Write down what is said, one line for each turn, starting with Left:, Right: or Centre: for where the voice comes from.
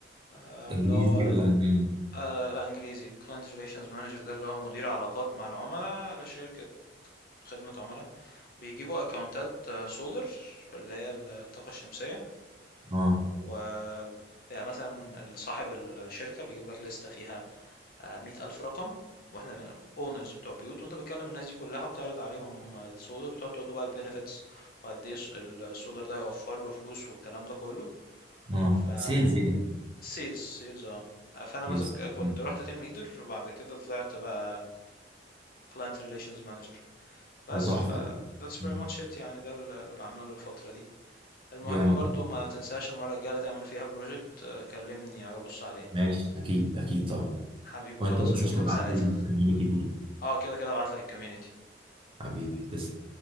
Left: آه،
Right: انجليزي
Left: اللي هو
Right: ولا الماني
Left: آه، لا انجليزي client relations manager ده اللي هو مدير علاقات مع العملاء لشركة خدمة عملاء بيجيبوا اكونتات سولر اللي هي الطاقة الشمسية
Right: اه
Left: و بيبقى مثلا صاحب الشركة بيجيب لك لستة فيها مية ألف رقم واحنا اونرز بتوع بيوت وانت بتكلم الناس دي كلها وبتعرض عليهم السولار وتقعد تقول له بقى البنفيتس وقد ايه السولار ده هيوفر له فلوس والكلام ده كله
Right: اه
Left: ف
Right: سيلز يعني
Left: سيلز سيلز اه فانا ماسك
Right: يس
Left: كنت
Right: مم.
Left: رحت تيم ليدر وبعد كده طلعت بقى كلاينت ريليشنز مانجر بس
Right: ده تحفة
Left: ف
Right: ده.
Left: that's pretty
Right: مم.
Left: much it يعني ده اللي بعمله الفترة دي المهم
Right: جامد
Left: برضو ما تنساش المرة الجاية اللي تعمل فيها بروجكت كلمني أبص عليه
Right: ماشي اكيد اكيد طبعا
Left: حبيبي
Right: وانت
Left: خلاص
Right: ما تنساش
Left: اشوفك
Right: تبعت
Left: ساعتها
Right: لي الكوميونتي دي
Left: اه كده كده ابعتلك الكوميونتي
Right: حبيبي تسلم